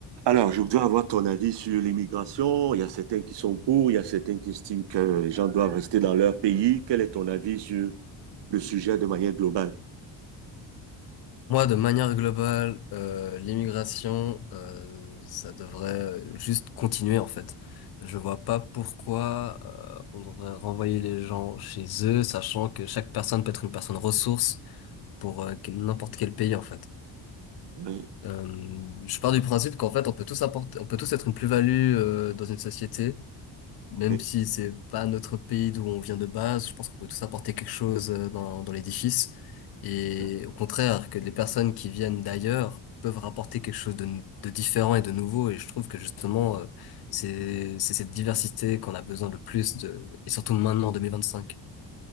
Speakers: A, on the right (about 65°); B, on the left (about 55°).
A: Alors, je voudrais avoir ton avis sur l'immigration. Il y a certains qui sont pour, il y a certains qui estiment que les gens doivent rester dans leur pays. Quel est ton avis sur le sujet de manière globale?
B: Moi, de manière globale, euh, l'immigration, euh, ça devrait euh, juste continuer en fait. Je vois pas pourquoi euh, on devrait renvoyer les gens chez eux, sachant que chaque personne peut être une personne ressource pour euh, quel- n'importe quel pays en fait.
A: Hein,
B: Euh, je pars du principe qu'en fait, on peut tous apporter, on peut tous être une plus-value euh, dans une société même
A: ok,
B: si c'est pas notre pays d'où on vient de base, je pense qu'on peut tous apporter quelque chose euh, dans, dans l'édifice. Et
A: hein,
B: au contraire, que les personnes qui viennent d'ailleurs peuvent rapporter quelque chose de, de différent et de nouveau. Et je trouve que justement, euh, c'est, c'est cette diversité qu'on a besoin le plus de, et surtout maintenant en 2025.